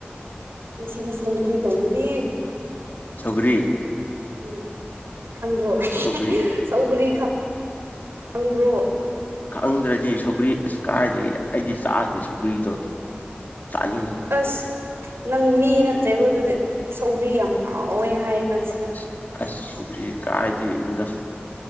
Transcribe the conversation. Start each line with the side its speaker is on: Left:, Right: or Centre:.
Right: ꯉꯁꯤꯗꯤ ꯁꯧꯒꯔꯤ ꯇꯧꯒꯅꯤ
Left: ꯁꯧꯒꯔꯤ
Right: ꯎꯨꯝ ꯈꯪꯗ꯭ꯔꯣ ꯍꯦ
Left: ꯁꯧꯒ꯭ꯔꯤ
Right: ꯍꯦ ꯁꯧꯒ꯭ꯔꯤ ꯈ ꯅꯕ꯭ꯔꯣ
Left: ꯈꯪꯗ꯭ꯔꯗꯤ ꯁꯧꯒ꯭ꯔꯤ ꯑꯁ ꯀꯥꯏꯗꯒꯤ ꯑꯩꯗꯤ ꯆꯥꯗꯦ ꯁꯧꯒ꯭ꯔꯤꯗꯣ ꯆꯥꯅꯤꯡꯗꯦ
Right: ꯑꯁ ꯅꯪ ꯃꯤ ꯅꯠꯇ꯭ꯔꯦꯕꯨ ꯑꯗꯨꯗꯤ ꯁꯧꯒ꯭ꯔꯤ ꯌꯥꯝ ꯍꯥꯎꯋꯦ ꯍꯥꯏ ꯀꯥꯟꯁꯤꯗ
Left: ꯑꯁ ꯑꯁ ꯁꯧꯒ꯭ꯔꯤ ꯀꯥꯏꯗꯩꯒꯤꯅꯣꯗ